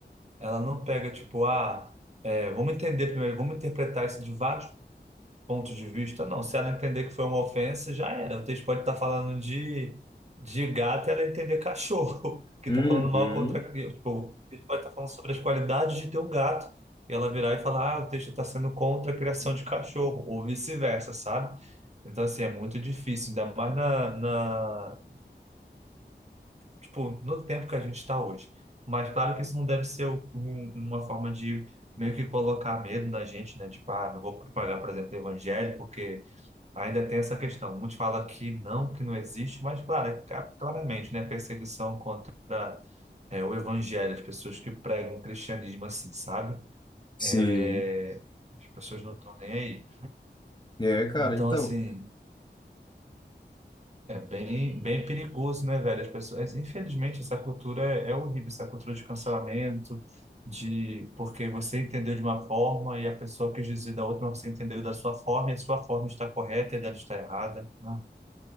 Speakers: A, on the right; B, on the left.
A: ela não pega, tipo, ah, é, vamos entender primeiro, vamos interpretar isso de vários ponto de vista, não. Se ela entender que foi uma ofensa, já era. O texto pode estar falando de, de gato e ela entender cachorro, <laughs> que
B: Uhum.
A: está falando mal contra. Tipo, o texto pode estar falando sobre as qualidades de ter um gato. E ela virar e falar, ah, o texto está sendo contra a criação de cachorro, ou vice-versa, sabe? Então, assim, é muito difícil, ainda mais na, na, tipo, no tempo que a gente está hoje. Mas claro que isso não deve ser um- uma forma de meio que colocar medo na gente, né? Tipo, ah, não vou propagar, por exemplo, o evangelho, porque Ainda tem essa questão. Muitos falam que não, que não existe, mas claro, é ca- claramente, né, perseguição contra é, o evangelho, as pessoas que pregam o cristianismo assim, sabe?
B: Sim.
A: É, as pessoas não estão nem aí.
B: É, cara,
A: Então,
B: então,
A: assim, é bem, bem perigoso, né, velho? As pessoas, é, infelizmente, essa cultura é, é horrível, essa cultura de cancelamento, de porque você entendeu de uma forma e a pessoa quis dizer da outra, mas você entendeu da sua forma e a sua forma está correta e a dela está errada. Ah,